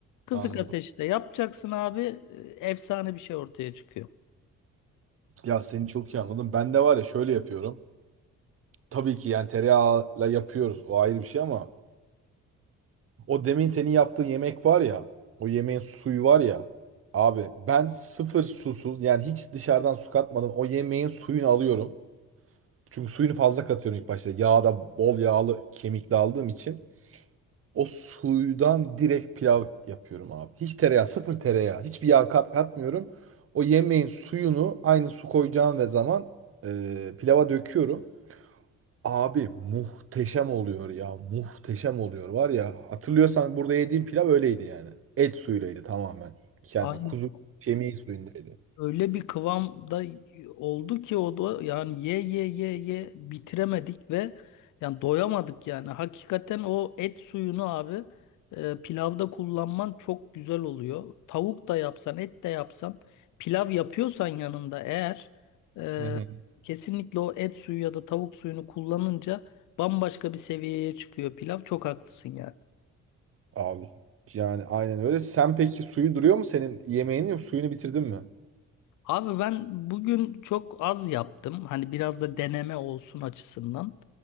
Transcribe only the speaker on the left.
Kısık
ateşte yapacaksın abi e, efsane bir şey ortaya çıkıyor.
Aynen.
öyle bir kıvamda oldu ki o da yani ye ye ye ye bitiremedik ve yani doyamadık yani. Hakikaten o et suyunu abi e, pilavda kullanman çok güzel oluyor. Tavuk da yapsan, et de yapsan, pilav yapıyorsan yanında eğer e,
kesinlikle o et suyu ya da tavuk suyunu kullanınca bambaşka bir seviyeye çıkıyor pilav. Çok haklısın yani.
Abi ben bugün çok az yaptım. Hani biraz da deneme olsun açısından.